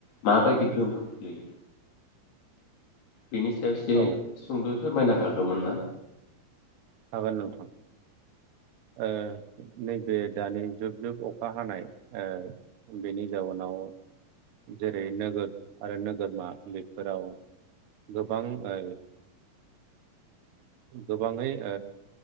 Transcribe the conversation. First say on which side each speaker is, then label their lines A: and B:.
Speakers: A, on the left (about 80°); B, on the right (about 80°).
A: माबायदि गोहोम खोख्लैयो। बेनि सायावसे एसे
B: औ
A: सुंद' फोरमायनो हागौमोन ना?
B: हागोन नोंथां। ओ नैबे दानि जुब जुब अखा हानाय ओ बेनि जाउोनाव जेरै नोगोर आरो नोगोरमा बेफोराव गोबां ओ गोबाङै ओ